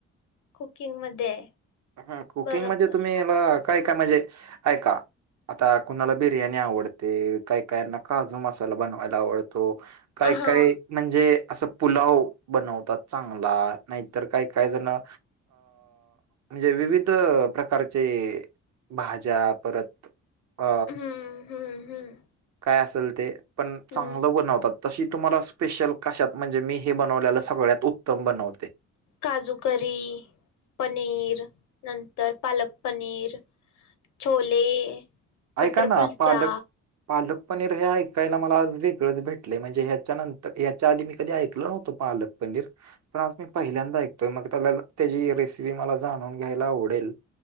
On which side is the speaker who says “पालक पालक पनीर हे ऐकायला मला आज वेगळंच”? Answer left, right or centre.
Right